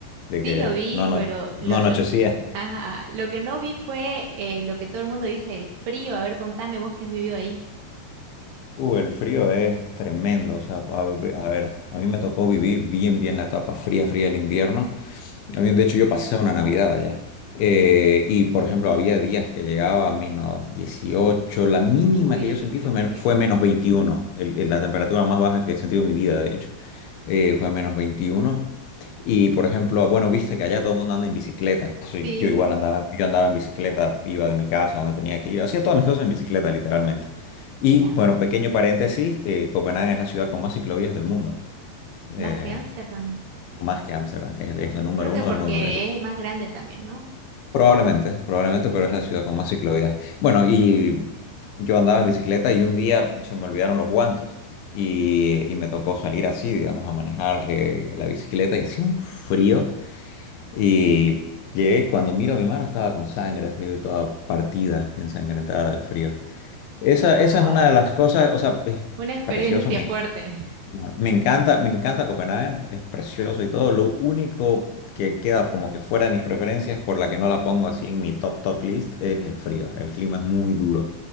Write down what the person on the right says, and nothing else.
Sí
lo vi,
pero lo,
lo, ajá, lo que no vi fue eh, lo que todo el mundo dice, el frío. A ver, contame vos que has vivido ahí.
Uy,
qué
frío.
Sí,
ya.
Más que Ámsterdam.
Oh,
Creo que
porque
es más grande también, ¿no?
Sí.
Wow.
Una experiencia
fuerte.